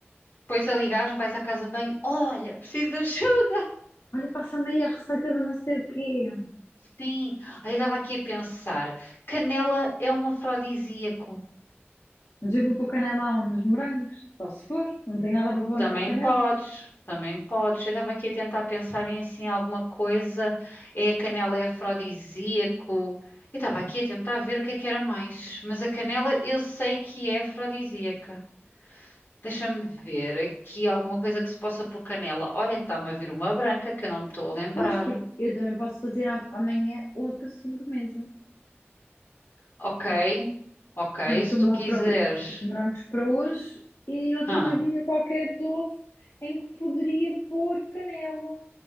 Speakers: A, on the left (about 55°); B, on the left (about 75°).
A: Depois a ligares, vais à casa de banho. Olha, preciso de ajuda.
B: Olha, passa-me aí a receita de não sei o quê.
A: Sim. Aí eu estava aqui a pensar. Canela é um afrodisíaco.
B: Mas eu vou pôr canela aonde? Nos morangos, só se for, não tenho nada para pôr
A: Também
B: na canela.
A: podes. Também podes. Eu estava aqui a tentar pensar em assim alguma coisa. É, a canela é afrodisíaco. Eu estava aqui a tentar ver o que é que era mais. Mas a canela eu sei que é afrodisíaca. Deixa-me ver aqui alguma coisa que se possa pôr canela. Olha que está-me a vir uma branca que eu não me estou a lembrar.
B: Pois, porque eu também posso fazer a- amanhã outra sobremesa.
A: Ok, ok,
B: tanto
A: se tu
B: uma
A: quiseres.
B: para o- os morangos para hoje e outra
A: Hã?
B: coisinha qualquer doce em que poderia pôr canela.